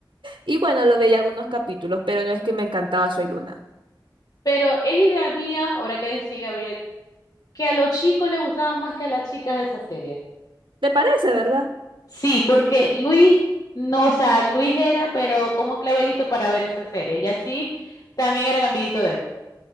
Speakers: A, on the right; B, on the left.
A: Y bueno, lo veía algunos capítulos, pero no es que me encantaba Soy Luna.
B: Pero es idea mía, ahora que decís, Gabriel, que a los chicos les gustaba más que a las chicas de esa serie.
A: ¿Te parece, verdad?
B: Sí, porque Luis, no, o sea, Luis era, pero como clavelito para ver esa serie. Y así también era el amiguito de él.